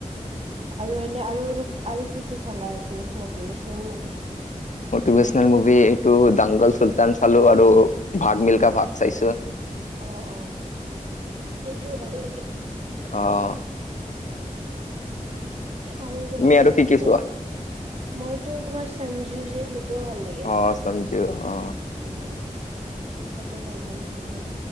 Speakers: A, on the right; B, on the left.
A: আৰু এনে আৰু আৰু কি কি চালা এইটো মটিভেশচনেল মুভি?
B: মটিভেশচনেল মুভি এইটো দাংগল, চুলতান চালো আৰু ভাগ মিলকা ভাগ চাইছোঁ।
A: অ অ সেইটো ভাল লাগে।
B: অঁ।
A: আৰু তোমাৰ
B: তুমি আৰু
A: এ
B: কি কি
A: চ
B: চোৱা
A: মইতো এই তোমাৰ সঞ্জু যে সেইটোৱো ভাল লাগে।
B: অ
A: মোক
B: চাঞ্জু অ।
A: উম। সেইটোও ভাল লাগে কিন্তু